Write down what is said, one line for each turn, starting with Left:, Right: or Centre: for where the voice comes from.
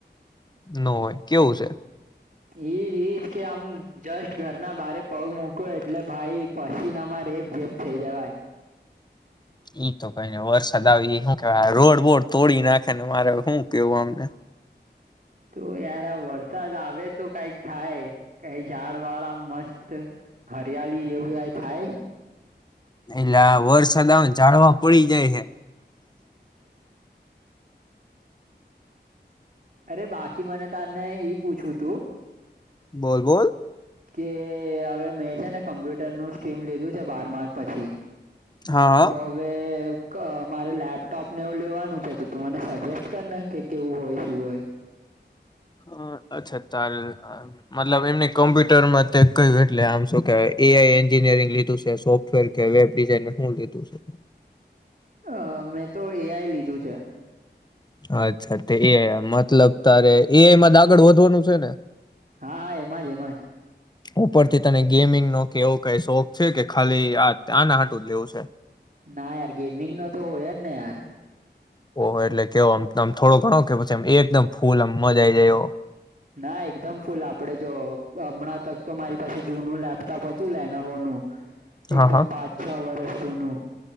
Left: ન હોય કેવું છે.
Right: ઈજ ઈજ કે આમ જસ્ટ ઘરના બારે પગ મૂકુ એટલે ભાઈ પછીના માં રે રેબ જેબ થઇ જવાય.
Left: ઈ તો કઈ નઈ વરસાદ આવી હુ રોડ બોડ તોડી નાખે ને મારે હું કેવું આમને
Right: તો યાર આ વરસાદ આવે તો કઈક થાય કઈ ઝાડ વાળ આમ મસ્ત હરિયાલી જેવું કઈ થાય
Left: એલા વરસાદ આવેને જાડવા પડી જાય હે
Right: અરે બાકી મને તને ઈ પૂછવુ તું
Left: બોલ બોલ
Right: કે અવે મેં છે ને કમ્પ્યુટર નું સ્ટ્રીમ લીધું છે બારમા પછી
Left: હા
Right: તો અવે ક મારે લેપટોપને એવું લેવાનું છે તો તું મને સજેસ્ટ કર ને કે કેવું હોય શું હોય
Left: હ અચ્છા <inaudible> મતલબ એમને કોમ્પ્યુટર માં <inaudible> એટલે આમ શું કેવાય એ આઈ એન્જિનિયરિંગ લીધું છે સોફ્ટવેર કે વેબ ડિઝાઇનંગ હું લીધું છે
Right: અ મેં તો એ આઈ લીધું છે
Left: અચ્છા તે એ આઈ મતલબ તારે એ આઈ માં આગળ વધવાનું છે ને
Right: હા હા એમાં જ એમાં જ
Left: ઉપરથી તને ગેમિંગનો કે એવો કઈ શોખ છે કે ખાલી આ આના હાટું જ લેવું છે
Right: ના યાર ગેમિંગ નો તો હોય જ ને યાર
Left: ઓ એટલે કેવોમમ થોડો ગણો કે પછીમ એકદમ ફૂલ મજા આઈ જાય એવો
Right: ના એકદમ ફૂલ આપડે જો હમણાં તક તો મારી પાસે જૂનું લેપટોપ હતું લેનોવોનું એકદમ
Left: હા હા
Right: પાંચ છ વર્ષ જૂનું